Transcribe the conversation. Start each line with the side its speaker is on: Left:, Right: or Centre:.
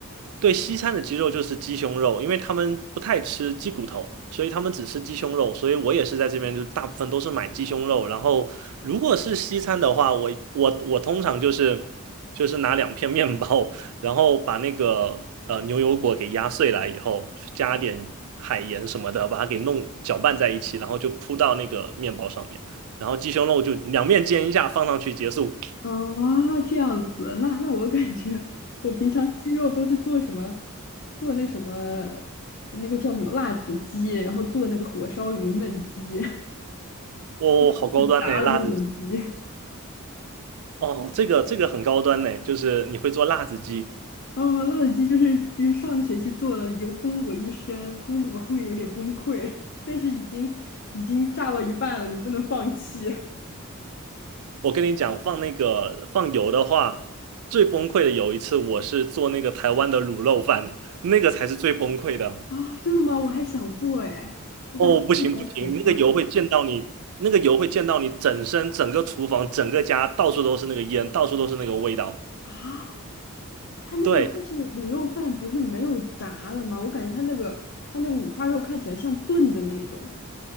Right: 对，西餐的鸡肉就是鸡胸肉，因为他们不太吃鸡骨头，所以他们只吃鸡胸肉。所以我也是在这边，就大部分都是买鸡胸肉。然后如果是西餐的话，我我我通常就是就是拿两片面包，然后把那个呃牛油果给压碎来以后，加点海盐什么的，把它给弄搅拌在一起，然后就铺到那个面包上面。然后鸡胸肉就两面煎一下，放上去结束。
Left: 啊，这样子，那那我感觉我平常鸡肉都是做什么，做那个什么，那个叫什么辣子鸡，然后做那个火烧云焖鸡，
Right: 哦，
Left: <laughs>
Right: 好高端呢，
Left: 炸的那种鸡。
Right: 辣子鸡哦，这个这个很高端呢，就是你会做辣子鸡。
Left: 哦，辣子鸡就是就是上学期做的，油崩了我一身，崩的我后面有点崩溃，但是已经已经炸到一半了，你不能放弃
Right: 我跟你讲，放那个放油的话，最崩溃的有一次，我是做那个台湾的卤肉饭，那个才是最崩溃的。
Left: 啊！真的吗？我还想做哎，我感觉看起来可香了
Right: 哦，不行不行，那个油会溅到你，那个油会溅到你整身、整个厨房、整个家，到处都是那个烟，到处都是那个味道。
Left: 啊！它那个它是卤肉饭，
Right: 对，
Left: 不是没有炸的吗？我感觉它那个它那个五花肉看起来像炖的那种。